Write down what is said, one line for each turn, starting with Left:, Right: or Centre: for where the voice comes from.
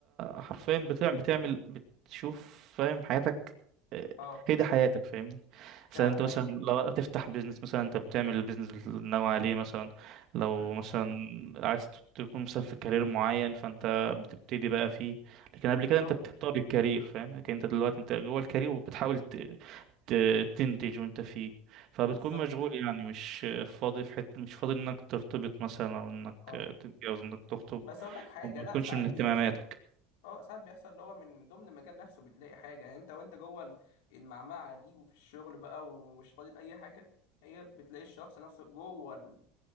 Right: حرفيا بتع- بتعمل بتشوف فاهم حياتك
Left: اه
Right: هي دي حياتك فاهمني
Left: فعلا
Right: مثلا انت مثلا
Left: ايوه
Right: لو هتفتح بيزنس مثلا انت بتعمل البيزنس اللي ناوي عليه مثلا لو
Left: امم
Right: مثلا عايز ت- تكون مثلا في كارير معين فانت بتبتدي بقى فيه لكن قبل كده
Left: صح
Right: انت بتختار الكارير فاهم لكن انت دلوقتي انت جوه الكارير
Left: امم
Right: وبتحاول ت... ت... تنتج وانت فيه فبتكون
Left: بالظبط
Right: مشغول يعني مش فاضي في حته مش فاضي انك ترتبط مثلا او انك
Left: اه
Right: تتجوز انك تخطب
Left: بس اقول لك حاجه
Right: وما
Left: لا
Right: بتكونش
Left: ساعات
Right: من
Left: بيحصل
Right: اهتماماتك
Left: اه ساعات بيحصل اللي هو من ضمن المجال نفسه بتلاقي حاجه يعني انت وانت جوه ال- المعمعه دي وفي الشغل بقى ومش فاضل اي حاجه هي بتلاقي الشخص نفسه جوه ال-